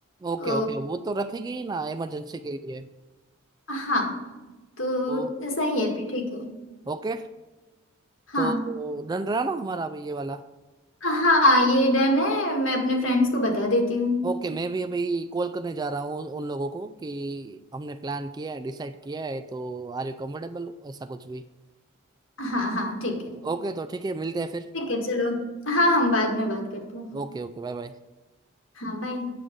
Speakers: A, on the right; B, on the left.
A: ओके
B: अ,
A: ओके वो तो रखेगी ही ना इमरजेंसी के लिए
B: हाँ तो
A: तो
B: सही है फिर ठीक है
A: ओके
B: हाँ
A: तो डन रहा ना हमारा अभी ये वाला
B: हाँ ये डन है
A: तो,
B: मैं अपने फ्रेंड्स को बता देती हूँ
A: ओके मैं भी अभी कॉल करने जा रहा हूँ उन उन लोगों को कि हमने प्लान किया है डिसाइड किया है तो आर यू कंफर्टेबल ऐसा कुछ भी
B: हाँ हाँ ठीक है
A: ओके तो ठीक है मिलते हैं फिर
B: ठीक है चलो हाँ हम बाद में बात करते हैं
A: Okay okay Bye bye
B: हाँ बाय